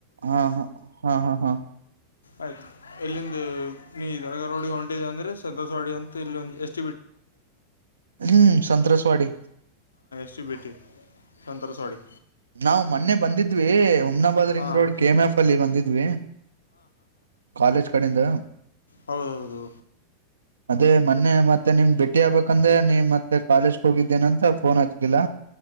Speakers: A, on the right (about 70°); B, on the left (about 75°).
A: ಹಾ ಹಾ ಹಾ ಹಾ ಹಾ
B: ಆಯ್ತು ಇಲ್ಲಿಂದ ನೀಧರಗ ರೋಡಿ ಹೊಂಟಿದೆ ಅಂದ್ರೆ ಸಂತೋಷವಾಡಿ ಅಂತ ಇಲ್ಲಿ ಒಂದ ಎಷ್ಟು
A: ಹ್ಮ್ ಸತ್ರ್ರಸವಾಡಿ
B: ಶ ಬಿಿಟಿ ಶಂತರ ಸವಾಡಿ
A: ನಾಾವವು ಮೊನ್ನೆ ಬಂದಿದ್ವಿ ಉಮ್ನಾಬಾದ್
B: ಹಾಂ
A: ರಿಂಗ್ ರೋಡ್ ಕೆ ಎಂ ಎಫ್ ಅಲ್ಲಿ ಬಂದಿದ್ವಿ ಕಾಲೇಜ್ ಕಡೆಯಿಂದ
B: ಹೌದೌದು
A: ಅದೇ ಮೊನ್ನೆ ಮತ್ತೆ ನಿಮ್ಗೆ ಭಟ್ಟಿ ಆಗ್ಬೇಕಂದ್ರೆ ನೀ ಮತ್ತೆ ಕಾಲೇಜ್ ಹೋಗಿದ್ದೇನಂತ ಫೋನ್ ಹಚ್ಕಿಲ್ಲ